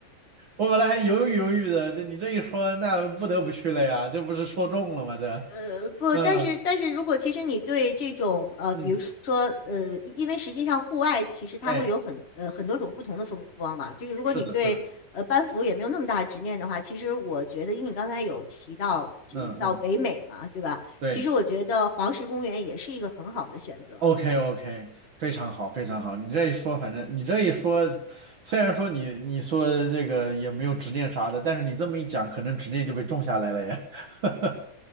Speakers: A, on the right (about 50°); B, on the left (about 50°).
A: 我本来还犹豫犹豫的，这你这一说，那不得不去了呀，这不是说中了吗？这，
B: 呃，不，
A: 嗯
B: 但是但是如果其实你对这种呃，
A: 嗯，
B: 比如说呃，因为实际上户外其实它会有很呃很多种不同的风光嘛，
A: 哎，
B: 就是如果你对呃班服也没有那么大的执念的话，
A: 是的，是的，
B: 其实我觉得，因为你刚才有提到呃到北美嘛，
A: 嗯嗯，
B: 对吧？
A: 对。
B: 其实我觉得黄石公园也是一个很好的选择。
A: OK OK，非常好，非常好。你这一说，反正你这一说，虽然说你你说这个也没有执念啥的，但是你这么一讲，可能执念就被种下来了呀。<laughs>